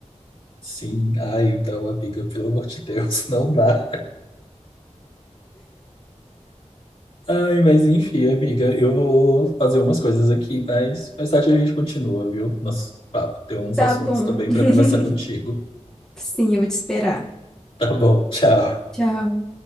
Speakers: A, on the left; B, in the centre.
A: Sim, ai, então, amiga, pelo amor de Deus, não dá. Ai, mas enfim, amiga, eu vou fazer umas coisas aqui, mas mais tarde a gente continua, viu? Nosso papo, tem uns
B: Tá
A: assuntos
B: bom.
A: também
B: <laughs>
A: para conversar contigo.
B: Sim, eu vou te esperar.
A: Tá bom, tchau.
B: Tchau.